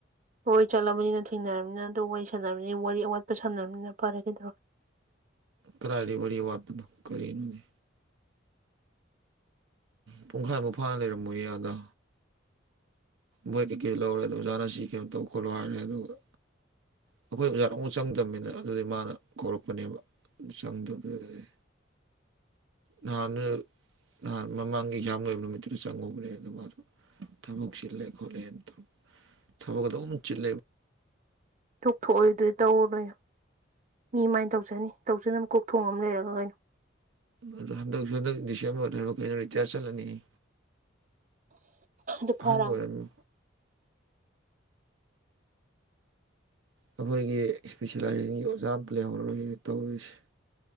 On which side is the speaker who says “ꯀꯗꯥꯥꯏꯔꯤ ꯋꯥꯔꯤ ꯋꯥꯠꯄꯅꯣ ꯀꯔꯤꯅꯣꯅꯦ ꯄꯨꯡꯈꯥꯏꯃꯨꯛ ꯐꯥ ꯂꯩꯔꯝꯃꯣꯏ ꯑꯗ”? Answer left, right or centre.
Right